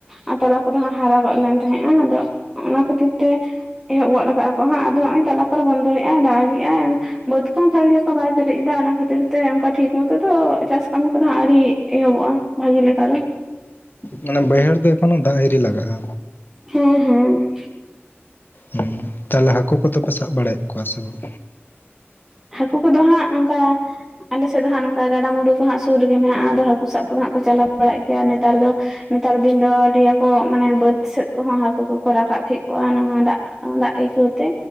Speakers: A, in the centre; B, on the left (about 50°).
A: ᱟᱨ ᱛᱚᱞᱟ ᱠᱚᱫᱚ ᱦᱟᱜ ᱦᱟᱨᱟ ᱜᱚᱫ ᱞᱮᱱ ᱛᱟᱦᱮᱸᱼᱟ, ᱟᱫᱚ ᱚᱱᱟ ᱠᱷᱟᱹᱛᱤᱨ ᱛᱮ ᱮᱦᱚᱵ ᱜᱚᱫ ᱟᱠᱟᱫᱼᱟ ᱠᱚ ᱦᱟᱸᱜ ᱟᱫᱚ ᱱᱚᱜᱼᱚᱭ ᱛᱟᱞᱟ ᱠᱚᱨᱮ ᱵᱚᱱᱫᱚᱭᱮᱫᱼᱟᱭ ᱫᱟᱜᱮᱜᱼᱟᱭ᱾ ᱵᱟᱹᱫᱽ ᱠᱚᱦᱚᱸ ᱵᱷᱟᱜᱮ ᱞᱮᱠᱟ ᱵᱟᱭ ᱯᱮᱨᱮᱡ ᱮᱫᱟ ᱚᱱᱟ ᱠᱷᱟᱹᱛᱤᱨ ᱛᱮ ᱚᱱᱠᱟ ᱴᱷᱤᱠ ᱢᱚᱛᱚ ᱫᱚ ᱪᱟᱥ ᱠᱟᱹᱢᱤ ᱠᱚᱫᱚ ᱦᱟᱸᱜ ᱟᱹᱣᱨᱤ ᱮᱦᱚᱵᱚᱜᱼᱟ᱾ ᱵᱷᱟᱜᱤ ᱞᱮᱠᱟ ᱫᱚ᱾
B: ᱢᱟᱱᱮ ᱵᱟᱹᱭᱦᱟᱹᱲ ᱫᱚ ᱮᱠᱷᱚᱱᱳ ᱫᱟᱜ ᱟ. ᱭᱨᱤ ᱞᱟᱜᱟᱜᱼᱟ᱾
A: ᱦᱮᱸ ᱦᱮᱸ᱾
B: ᱦᱩᱸ ᱛᱟᱦᱞᱮ ᱦᱟᱠᱳ ᱠᱚᱫᱚ ᱯᱮ ᱥᱟᱵ ᱵᱟᱲᱟᱭᱮᱫ ᱠᱚᱣᱟ ᱥᱮ ᱵᱟᱝ?
A: ᱦᱟᱹᱠᱩ ᱠᱚᱫᱚ ᱦᱟᱸᱜ ᱚᱱᱠᱟ ᱟᱞᱮ ᱥᱮᱫ ᱫᱚ ᱦᱟᱸᱜ ᱱᱚᱝᱠᱟ ᱜᱟᱰᱟᱼᱢᱩᱰᱩ ᱠᱚ ᱦᱟᱸᱜ ᱥᱩᱨ ᱨᱮᱜᱮ ᱢᱮᱱᱟᱜᱼᱟ ᱟᱫᱚ ᱦᱟᱹᱠᱩ ᱥᱟᱵ ᱠᱚᱫᱚ ᱦᱟᱸᱜ ᱠᱚ ᱪᱟᱞᱟᱣ ᱵᱟᱲᱟᱜ ᱜᱮᱭᱟ ᱱᱮᱛᱟᱨ ᱫᱚ᱾ ᱱᱮᱛᱟᱨ ᱫᱤᱱ ᱫᱚ ᱞᱟ. ᱭᱟ ᱠᱚ ᱢᱟᱱᱮ ᱵᱟᱹᱫ ᱥᱮᱫ ᱠᱚᱦᱚᱸ ᱦᱟᱹᱠᱩ ᱠᱚᱠᱚ ᱨᱟᱠᱟᱵ ᱠᱷᱮᱜ ᱠᱚᱣᱟ ᱱᱚᱣᱟ ᱫᱟᱜ ᱫᱟᱜ ᱟᱹᱭᱠᱟᱹᱣᱛᱮ